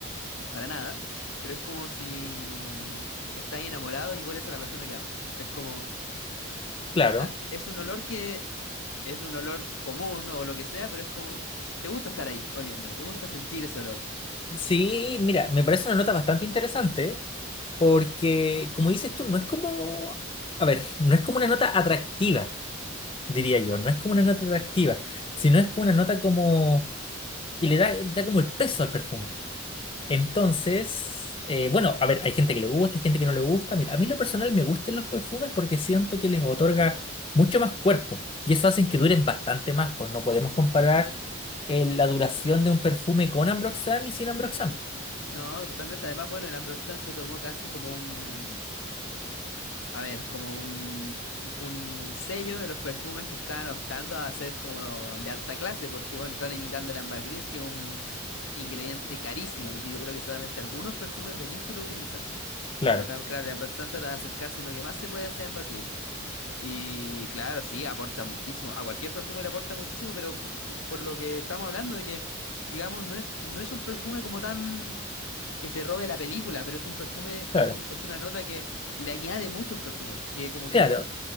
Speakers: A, on the left; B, on the left.
A: para nada, pero es como si estás enamorado y hueles a la persona que amas. Es como, quizá
B: claro.
A: es un olor que es un olor común o lo que sea, pero es como, te gusta estar ahí oliéndolo, te gusta sentir ese olor.
B: Sí, mira, me parece una nota bastante interesante porque, como dices tú, no es como, a ver, no es como una nota atractiva, diría yo, no es como una nota atractiva, sino es como una nota como que le da, da como el peso al perfume. Entonces, eh, bueno, a ver, hay gente que le gusta, hay gente que no le gusta. Mira, a mí en lo personal me gustan los perfumes porque siento que les otorga mucho más cuerpo y eso hace que duren bastante más, pues no podemos comparar eh, la duración de un perfume con Ambroxan y sin Ambroxan.
A: No, totalmente. Además, bueno, el Ambrosian se tomó casi como un, a ver, como un, un sello de los perfumes que están optando a ser como de alta clase, porque bueno, están imitando el ámbar gris, que es un ingrediente carísimo y que yo creo que solamente algunos perfumes de nicho lo utilizan.
B: Claro,
A: Pero la- claro, el Ambrosian trata de acercarse lo que más se puede hacer ámbar gris. Y claro, sí, aporta muchísimo. A cualquier perfume le aporta muchísimo, pero por, por lo que estamos hablando de que, digamos, no es, no es un perfume como tan que se robe la película, pero es un perfume,
B: claro.
A: es, un- es una nota que le añade mucho a un perfume, que como
B: Claro,
A: que